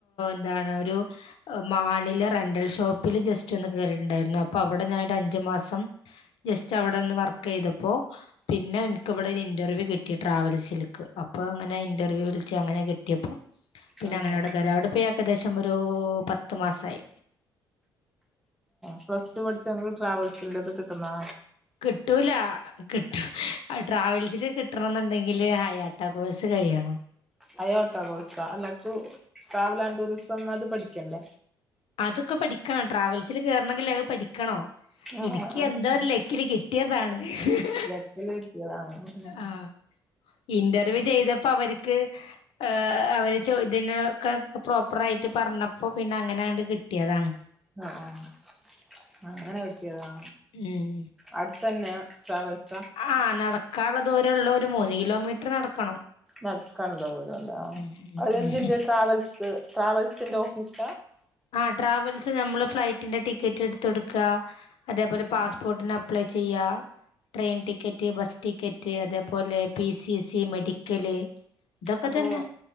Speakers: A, on the left; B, in the centre.
A: ന്താണ ഒരു മാളിൽ റെന്റൽ ഷോപ്പില് ജസ്റ്റ് ഒന്ന് കേറിട്ടുണ്ടായിരുന്നു അപ്പൊ അവിടെ ഞാനഞ്ചു മാസം സം ജസ്റ്റ് അവിടെന്ന് വർക്ക് ചെയ്തപ്പോ പിന്നെ എനിക്ക് വിടെ ഒരു ഇന്റർവ്യൂ കിട്ടി ട്രാവൽസിക്ക് അപ്പൊ അങ്ങനെ ഇന്റർവ്യൂ വിളിച്ച അങ്ങനെ കിട്ടിപ്പോ പിന്നെ
B: അതെയ
A: അങ്ങനെ അവിടെ കയറി അവിടെ ഏകദേശം ഒരു പത്ത് മാസായി
B: പ്ലസ്ടു പഠിച്ച ട്രാവൽസിന്റെത് കിട്ടുന്നോ
A: കിട്ടൂല കിട്ടും ട്രാവൽസില് കിട്ടണന്നുണ്ടെങ്കില് ഹൈ ആട്ട കോഴസ് കഴിയണം
B: അയോട്ട കോഴ്‌സോ അല്ലാ ട്രാവൽ ആൻഡ് ടൂറിസം അത് പഠിക്കണ്ടേ
A: അതൊക്കെ പഠിക്കണം ട്രാവൽസിൽ കേറണെങ്കിൽ അത് പഠിക്കണം
B: ആ
A: എനിക്ക്
B: ആ ആ
A: എന്തോരു ലെക്കിൽ കിട്ടി ട്ടിയതാണ് <unintelligible>
B: ലക്ക്ന് കിട്ടിയതാണോ
A: ആഹ് ഇന്റർവ്യൂ ചെയ്തപ്പോ അവർക്ക് ആ അവര് ചോദ്യത്തിനൊക്കെ പ്രോപ്പറായിട്ട് പറഞ്ഞപ്പോ പിന്നെ അങ്ങനെണ്ട് കിട്ടിതാണ്
B: ആഹ് ആഹ് അങ്ങനെ കിട്ടിയതാ
A: ഉം
B: അടുത്തന്നെ ട്രാവൽസാ
A: ആഹ് നടക്കാള്ള ദൂരള്ളു ഒരു മൂന്ന് കിലോമീറ്റർ നടക്കണം
B: നടക്കനുണ്ടാവുലലെ
A: ഉം
B: അത് എന്തിന്റെ ട്രാവൽസ് ട്രാവൽസിന്റെ ഓഫീസാ
A: ആഹ് ട്രാവൽസ് നമ്മള് ഫ്ലൈറ്റിന്റെ ടിക്കറ്റ് എടുത്ത് കൊടുക്ക അത് പോലെ പാസ്പോർട്ടിന്
B: ആ
A: അപ്ലൈ ചെയ്യ ട്രെയിൻ ടിക്കറ്റ് ബസ് ടിക്കറ്റ് അതേപോലെ പി സി സി മെഡിക്കല് ഇതൊക്കെ
B: അപ്പൊ
A: തന്നെ